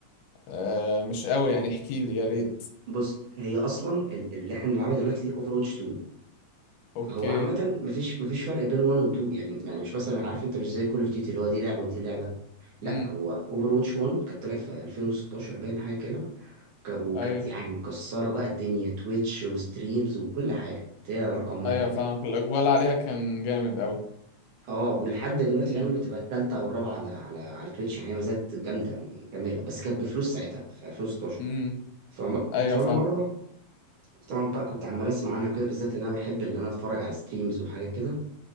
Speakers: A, on the left (about 80°); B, on the right (about 85°).
A: آه مش قوي يعني احكي لي يا ريت
B: بص هي اصلا ال- اللي احنا بنلعبها دلوقتي
A: أمم.
B: دي اوفر واتش 2
A: اوكي
B: هو عامة مفيش مفيش فرق بين 1 و 2 يعني يعني مش مثلا عارف انت مش زي كول اوف ديوتي اللي هو دي لعبة ودي لعبة لا
A: امم
B: هو اوفر واتش 1 كانت طلعت في 2016 باين حاجه كده وك- وكانت
A: ايوه
B: يعني مكسره بقى الدنيا تويتش وستريمز وكل حاجه كانت هي رقم واحد
A: ايوه فاهمك
B: يعني
A: الاقبال عليها كان جامد قوي
B: اه ولحد دلوقتي
A: امم
B: الان بتبقى الثالثه او الرابعه على على على تويتش يعني هي ما زالت جامده مكمله بس كانت بفلوس ساعتها في 2016
A: امم
B: فم...
A: ايوه
B: فانا
A: فاهم
B: مره طبعا بقى كنت عمال اسمع عنها وكده بالذات ان انا بحب ان انا اتفرج على ستريمز وحاجات كده